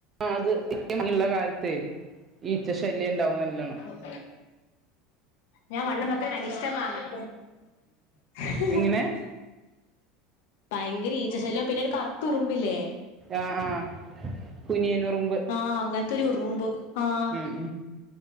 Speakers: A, on the right; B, on the left.
A: ആഹ് അത് <inaudible> ഉള്ള കാലത്ത് ഈച്ച ശല്യം ഉണ്ടാവും നല്ലോണം
B: <inaudible> ഞാൻ വണ്ണം വെക്കാൻ അടിഷ്ടമാങ്ങ <unintelligible>
A: എങ്ങനെ
B: ഭയങ്കര ഈച്ചശല്യം പിന്നെ ഒരു കറുത്തുറുമ്പില്ലേ
A: ആഹ് ആഹ് കുനിയനുറുമ്പ്
B: ആഹ് അങ്ങനെ ഒത്തിരിറുമ്പ് ആഹ്
A: ഉം ഉം